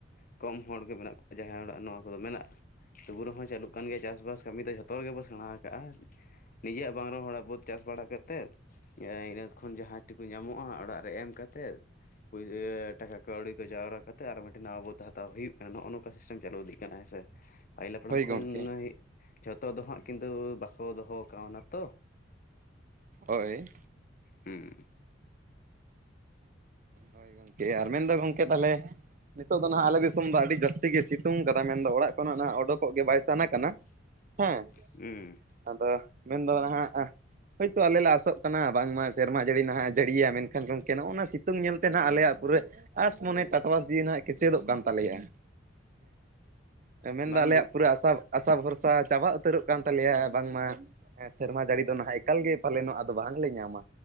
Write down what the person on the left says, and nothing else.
ᱠᱚᱢ ᱦᱚᱲᱜᱮ ᱢᱮᱱᱟᱜ ᱠᱚᱣᱟ ᱡᱟᱦᱟᱸ ᱚᱲᱟᱜ ᱱᱚᱣᱟ ᱠᱚᱫᱚ ᱢᱮᱱᱟᱜ-ᱟ ᱛᱩᱵᱩ ᱨᱮᱦᱚᱸ ᱪᱟᱹᱞᱩᱜ ᱠᱟᱱ ᱜᱮᱭᱟ ᱪᱟᱥᱵᱟᱥ ᱠᱟᱹᱢᱤ ᱫᱚ ᱡᱷᱚᱛᱚ ᱨᱮᱜᱮ ᱵᱚ ᱥᱮᱬᱟ ᱠᱟᱜᱼᱟ᱾ ᱱᱤᱡᱮᱭᱟᱜ ᱵᱟᱝ ᱨᱮ ᱦᱚᱲᱟᱜ ᱵᱟᱹᱫᱽ ᱪᱟᱥ ᱵᱟᱲᱟ ᱠᱟᱛᱮᱫ ᱡᱟ ᱤᱱᱟᱹ ᱠᱷᱚᱱ ᱡᱟᱦᱟᱸ ᱴᱩᱠᱩ ᱧᱟᱢᱚᱜᱼᱟ ᱚᱲᱟᱜ ᱨᱮ ᱮᱢ ᱠᱟᱛᱮᱫ, ᱯᱩᱭᱟᱹ ᱴᱟᱠᱟ ᱠᱟᱹᱣᱰᱤ ᱠᱚ ᱡᱟᱣᱨᱟ ᱠᱟᱛᱮᱫ ᱟᱨ ᱢᱤᱫᱴᱮᱱ ᱱᱟᱣᱟ ᱵᱟᱹᱫᱽ ᱦᱟᱛᱟᱣ ᱦᱩᱭᱩᱜ ᱠᱟᱱᱟ ᱱᱚᱜᱼᱚ ᱱᱚᱝᱠᱟ ᱥᱤᱥᱴᱮᱢ ᱪᱟᱹᱞᱩ ᱤᱫᱤᱜ ᱠᱟᱱᱟ ᱦᱮᱸᱥᱮ ᱯᱟᱦᱤᱞ ᱦᱟᱯᱲᱟᱢ
ᱠᱷᱚᱱ
ᱡᱷᱚᱛᱚ ᱫᱚ ᱦᱟᱸᱜ ᱠᱤᱱᱛᱩ ᱵᱟᱠᱚ ᱫᱚᱦᱚ ᱠᱟᱣᱱᱟ ᱛᱚ,
ᱦᱩᱸ᱾
<inaudible>
ᱦᱩᱸ
ᱵᱟᱝ
ᱵᱩᱡ